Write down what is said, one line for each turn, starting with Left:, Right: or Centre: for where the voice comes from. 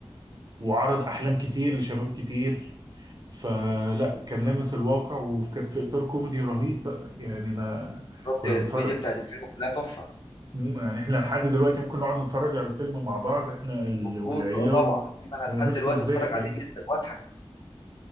Right: وعرض احلام كتير لشباب كتير فلا كان لامس الواقع وكانت في اطار كوميدي رهيب بقى يعني انا
Left: بالظبط
Right: كنا بنتفرج
Left: الكوميديا بتاعت الفيلم كلها تحفه
Right: مم، يعني احنا لحد دلوقتي ممكن نقعد نتفرج على الفيلم مع بعض احنا ال...
Left: مظبوط
Right: والعيله
Left: اه
Right: و...
Left: طبعا الفيلم انا
Right: ونفطس
Left: لحد دلوقتي اتفرج
Right: ضحك
Left: عليه
Right: يعني.
Left: جدا واضحك